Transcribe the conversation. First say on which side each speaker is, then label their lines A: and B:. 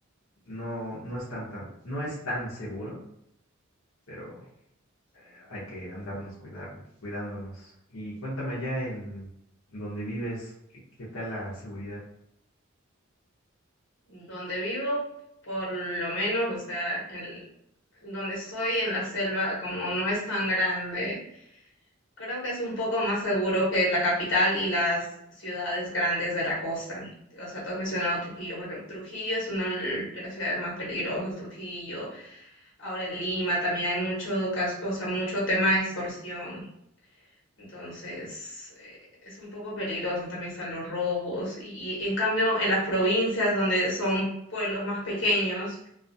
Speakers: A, on the left (about 85°); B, on the left (about 65°).
A: No, no es tan, tan, no es tan seguro, pero hay que andarnos cuidar- cuidándonos. Y cuéntame allá en donde vives, ¿qué, qué tal la seguridad
B: donde vivo, por lo menos, o sea, en- donde estoy en la selva, como no es tan grande Creo que es un poco más seguro que la capital y las ciudades grandes de la costa. O sea, tú has mencionado Trujillo, porque Trujillo es una de las ciudades más peligrosas, Trujillo. Ahora en Lima también hay mucho, cas- o sea, mucho tema de extorsión. Entonces, eh, es un poco peligroso, también están los robos. Y y en cambio, en las provincias donde son pueblos más pequeños,